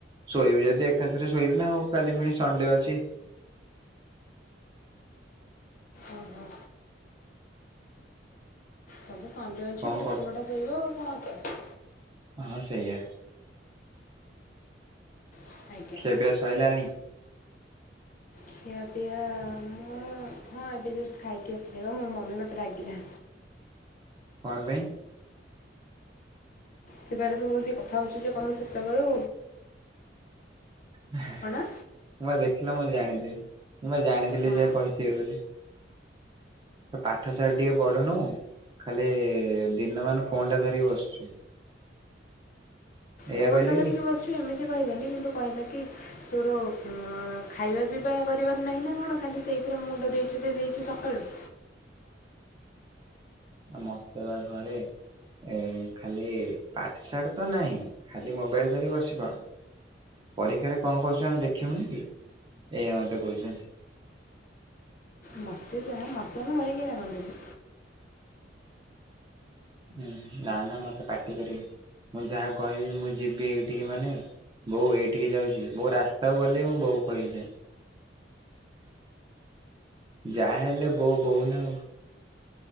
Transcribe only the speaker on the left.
ଓ ହୋ। କାଲି ସଣ୍ଡେ ଅଛି
ପୁରା
ଦିନଟା ଶୋଇବ ଆଉ କଣ କରି
ଅଛି ଆଜ୍ଞା
ଖିଆପିଆ ମୁଁ ହଁ ଏବେ ଜଷ୍ଟ ଖାଇକି ଆସିଲି ବା ମୋ ମମି ମତେ ରାଗିଲା।
ସିଏ କହିଲା ତୁ ବସିକି କଥା ହଉଚୁ ଯେ <unintelligible> ସେତେବେଳୁ।
କଣ?
ହଁ
ଫୋନ୍
ଟା ଧରିକି
ବସିଚୁ ଏମିତି କହିଲାନି କିନ୍ତୁ କହିଲା କି ତୋର ଉଁ ଅଁ ଖାଇବା ପିଇବା କରିବାର ନାହିଁ ନା କଣ ଖାଲି ସେଇଥିରେ ମୁଣ୍ଡ ଦେଇଚୁ ଯେ ଦେଇଚୁ ସକାଳୁ।
ମତେ ଯାହା ମତେ ଆମ ଘରେ କେହି ରାଗନ୍ତିନି।